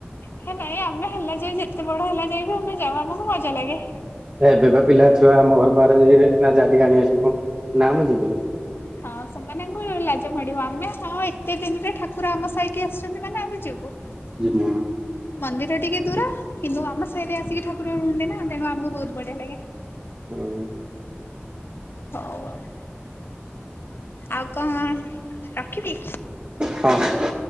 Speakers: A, on the left (about 60°); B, on the right (about 30°).
A: ହେ ନାଇଁ ଆମେ ହେଲା ଯାଏ ଯେତେ ବଡ ହେଲା ଯାଏ ବି ଆମେ ଯାଉ ଆମକୁ ମଜା ଲାଗେ।
B: ଏବେ ପା ପିଲା ଛୁଆ ଆମ ଘର ପାଖରେ ଯିଏ ନା ଯା ଟିକେ ଆଣି ଆସିବୁ କଣ ନା ମୁଁ ଯିବିନି।
A: ହଁ ସେମାନଙ୍କୁ ଲାଜ ମାଡିବ ଆମେ ହଁ ଏତେ ଦିନରେ ଠା କୁର ଆମ ସାଇକି ଆସିଛନ୍ତି ମାନେ ଆମେ ଯିବୁ।
B: ଜିମୁ
A: ମନ୍ଦିର ଟିକେ ଦୂର କିନ୍ତୁ ଆମ ସାଇରେ ଆସିକି ଠାକୁର ରୁହନ୍ତି ନା ତେଣୁ ଆମକୁ ବହୁତ ବଢିଆ ଲାଗେ।
B: ଆଉ
A: ହଉ ଆଉ। ଆଉ କଣ? ରଖିବି?
B: ହଁ।